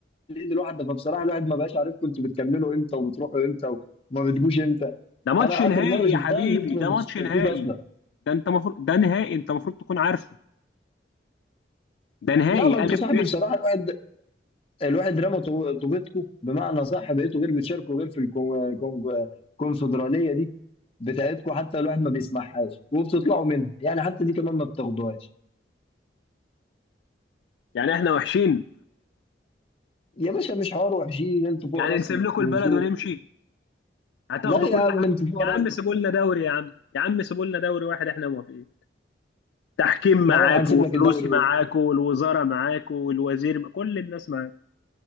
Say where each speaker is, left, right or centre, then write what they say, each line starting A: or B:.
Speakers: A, on the left; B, on the left.
A: الايد الواحده فبصراحه الواحد ما بقاش عارفكم انتوا بتكملوا امتى وبتروحوا امتى وما بتجوش امتى
B: ده ماتش
A: انا
B: نهائي
A: اخر مره شفتها
B: يا حبيبي
A: ان انتوا
B: ده
A: ما
B: ماتش
A: بتشاركوش
B: نهائي
A: اصلا
B: ده انت مفروض ده نهائي انت المفروض تكون عارفه ده نهائي
A: لا ما انتوا
B: الف
A: صاحبي
B: ب
A: بصراحه الواحد الواحد رمى طو- طوبتكم بمعنى صح بقيتوا غير بتشاركوا غير في الكون- كون- الكونفدراليه دي بتاعتكم حتى الواحد ما بيسمعهاش وبتطلعوا منها يعني حتى دي كمان ما بتاخدوهاش
B: يعني احنا وحشين
A: يا باشا مش حوار وحشين انتوا فوق
B: يعني
A: راسنا
B: نسيب لكم
A: من
B: البلد
A: فوق
B: ونمشي هتاخدوا
A: لا يا
B: كل
A: عم
B: حاجه
A: انت فيه
B: يا عم
A: نازله
B: سيبوا لنا دوري يا عم يا عم سيبوا لنا دوري واحد احنا موافقين تحكيم معاك
A: اهو هنسيب
B: وفلوس
A: لك الدوري
B: معاك
A: ده
B: والوزاره معاك والوزير م- كل الناس معاك